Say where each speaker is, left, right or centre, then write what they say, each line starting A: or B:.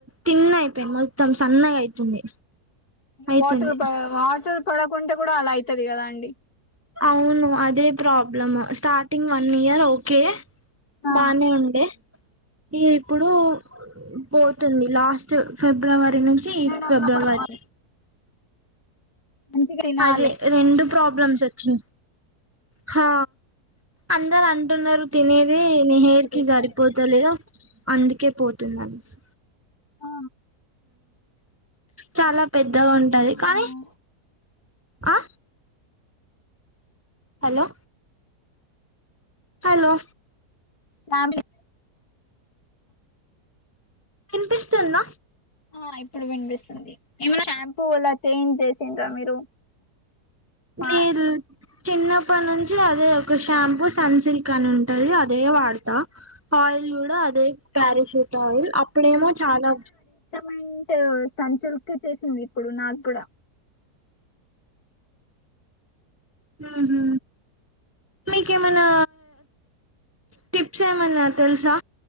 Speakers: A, on the right; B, on the left.
A: తిన్ అయిపోయింద్ మొత్తం సన్నగా అయితుంది అయితుంది
B: వాటర్ ప వాటర్ పడకుంటె కూడా అలా అయితది గదా అండి
A: అవును అదే problem starting one year okay
B: ఆ
A: బానే ఉండె ఇగ ఇప్పుడు పోతుంది లాస్ట్ ఫిబ్రవ రి నుంచి
B: తినడంలో
A: ఫిబ్రవరి
B: కూడా అది మంచిగా తినాలే
A: అదే రెండు ప్రాబ్లమ్స్ వొచ్చినయ్ హా అందరు అన్ అంటున్నరు తినేదే
B: ఫుడ్
A: ని
B: ఎక్కువ
A: హేర్కి
B: తీసుకోవాలి
A: సరిపోతా లేదు అందుకే పోతుందనేసి
B: ఆ
A: చాలా పెద్దగా ఉంటది
B: అవును
A: కానీ ఆ హలో హలో
B: ఫ్యామిలీ
A: వినిపిస్తుంద
B: ఆ ఇప్పుడు వినిపిస్తుంది ఎమన్నా షాంపూ ఇలా చేంజ్ చేసిండ్రా మీరు మా
A: లేదు చిన్నప్పటి నుంచి అ దే ఒక షాంపూ సన్ సిల్క్ అని ఉంటది అదే వాడతా ఆయిల్ యిల్ అదే పరషూట్ ఆయిల్ అప్పుడేమో చాలా
B: మంట్ సన్ సిల్క్ ఇచ్చేసింది ఇప్పుడు నాకు గుడా
A: ఉ హు మీకేమనా టిప్స్ ఏమన్నా తెలుసా